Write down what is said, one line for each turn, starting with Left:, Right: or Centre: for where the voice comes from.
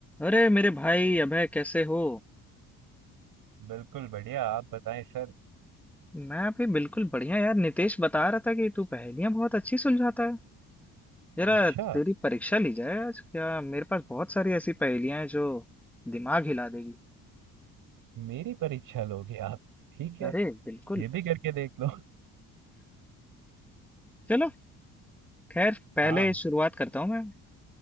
Centre: अरे मेरे भाई अभय कैसे हो
Right: बिल्कुल बढ़िया आप बताएं सर
Centre: मैं भी बिल्कुल बढ़िया यार नितेश बता रहा था कि तू पहेलियां बहुत अच्छी सुलझाता है जरा
Right: अच्छा
Centre: तेरी परीक्षा ली जाए आज क्या मेरे पास बहुत सारी ऐसी पहेलियां हैं जो दिमाग हिला देगी
Right: मेरी परीक्षा लोगे आप ठीक है
Centre: अरे बिल्कुल
Right: ये भी करके देख लो
Centre: चलो खैर पहले
Right: हाँ
Centre: शुरुआत करता हूँ मैं